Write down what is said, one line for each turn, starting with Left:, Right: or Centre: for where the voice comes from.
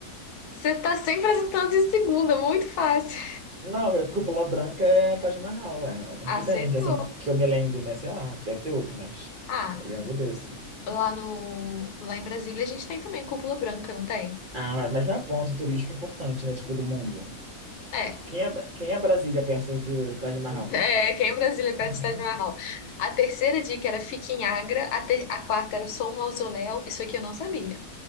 Left: Você tá sempre acertando de segunda, muito fácil.
Right: Não, é cúpula branca é Taj Mahal, é. é O único que
Left: Acertou.
Right: tem, que assim, que eu me lembre, né? Sei lá, deve ter outro, mas
Left: Ah,
Right: eu lembro desse.
Left: lá no, lá em Brasília a gente tem também cúpula branca, não tem?
Right: Ah, mas não é ponto turístico importante, né? Tipo, do mundo.
Left: É.
Right: Quem
Left: <laughs>
Right: é, quem é Brasília perto de Taj Mahal?
Left: É, quem em Brasília é
Right: <laughs>
Left: perto do Estádio Marrom. A terceira dica era fique em Agra, a, ter- a quarta era sou um mausoléu, isso aqui eu não sabia.